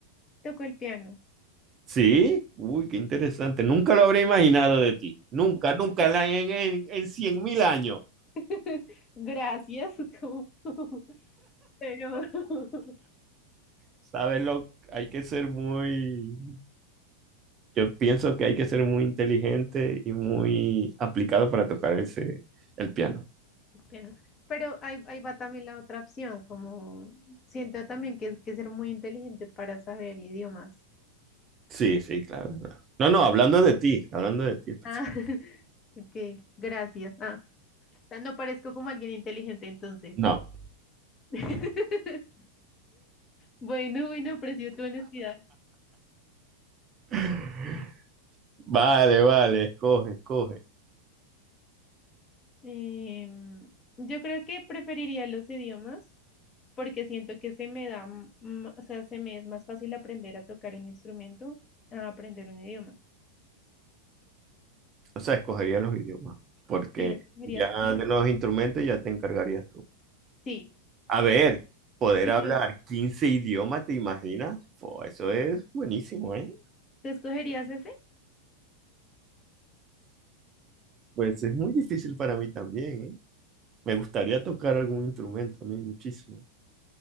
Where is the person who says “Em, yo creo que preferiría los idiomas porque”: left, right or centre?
Left